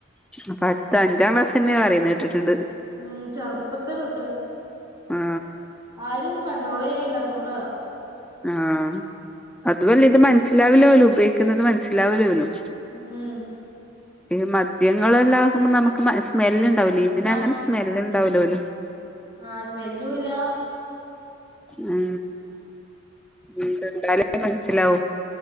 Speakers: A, in the centre; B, on the right.
A: അപ്പത്ത് അഞ്ചാം ക്ലാസന്നെ പറയുന്ന കേട്ടിട്ടുണ്ട്.
B: ഉം ചെറുപ്പത്തെ തൊട്ട്
A: ആ
B: ആരും കൺണ്ട്രോൾ ചെയ്യാല്ലാത്തോണ്ടാ
A: ആഹ് അതുഅല്ല ഇത് മനസ്സിലാവില്ലോല് ഉപയോഗിക്കുന്നത് മനസ്സിലാവൂലോല്ലോ
B: ഉം
A: അത് മദ്യങ്ങളെല്ലാം ആകുമ്പോ നമുക്ക് സ്മെല് ഇണ്ടാവില്ലേ ഇതിന്
B: ആ
A: അങ്ങനെ സ്മെല് ഉണ്ടാവൂല്ലോല്ലോ പോലും
B: ആഹ് സ്മെല്ലുംല്ലാ
A: ഉം ഉം കണ്ടാലേ മനസ്സിലാവും